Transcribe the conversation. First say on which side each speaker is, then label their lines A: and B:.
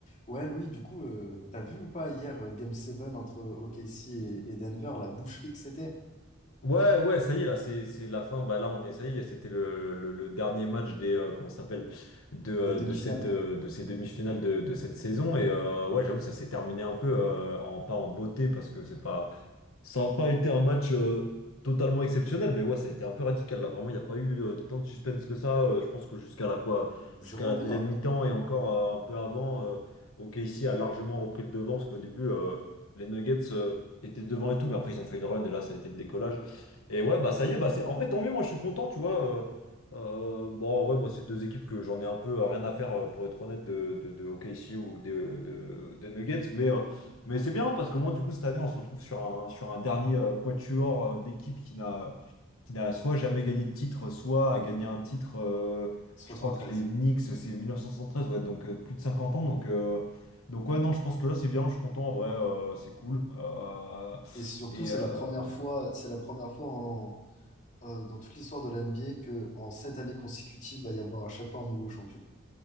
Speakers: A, on the left (about 35°); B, on the left (about 75°).
A: Ouais, Louis, du coup, euh, t'as vu ou pas hier euh, Game 7 entre OKC et, et Denver, la boucherie que c'était
B: Ouais, ouais, ça y est, là, c'est c'est la fin. Bah, là, on est, ça y est, c'était le, le, le dernier match des, euh, comment ça s'appelle, de, euh,
A: des demi-finales?
B: de cette, euh, de ces demi-finales de, de cette saison. Et euh, ouais, j'avoue, ça s'est terminé un peu, euh, en, pas en beauté, parce que c'est pas, ça n'a pas été un match euh, totalement exceptionnel, mais ouais, ça a été un peu radical là. Vraiment, il n'y a pas eu euh, tant de suspense que ça. Euh, je pense que jusqu'à la quoi,
A: Ah bah, Zéro
B: jusqu'à la
A: débat,
B: deuxième mi-temps et encore euh, un peu avant, euh, OKC a largement repris le devant parce qu'au début, euh, les Nuggets euh, étaient devant et tout, mais après ils ont fait une run et là, ça a été le décollage. Et ouais, bah ça y est, bah c'est en vrai tant mieux. Moi, je suis content, tu vois. euh, euh, bon, ouais, moi, c'est deux équipes que j'en ai un peu euh, rien à faire euh, pour être honnête de, de, de OKC ou des de, des Nuggets, mais. euh, mais c'est bien parce qu'au moins, du coup, cette année, on se retrouve sur un, sur un dernier euh, quatuor euh, d'équipe qui n'a qui n'a soit jamais gagné de titre, soit a gagné un titre. euh,
A: 73.
B: je crois que les Knicks, c'est 1973, ouais, donc euh, plus de 50 ans. Donc, euh, donc ouais, non, je pense que là, c'est bien. Je suis content en vrai, euh, c'est cool. Euh,
A: Et surtout,
B: et
A: c'est
B: euh,
A: la première fois, c'est la première fois en- euh, dans toute l'histoire de l'NBA que en sept années consécutives, va y avoir à chaque fois un nouveau champion.